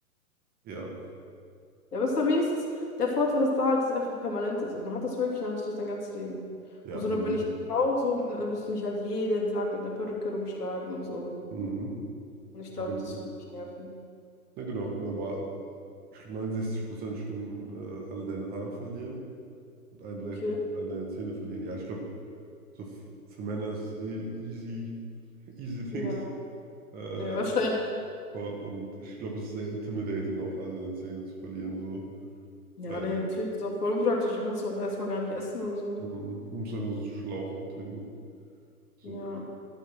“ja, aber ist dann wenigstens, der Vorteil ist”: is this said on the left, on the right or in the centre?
Left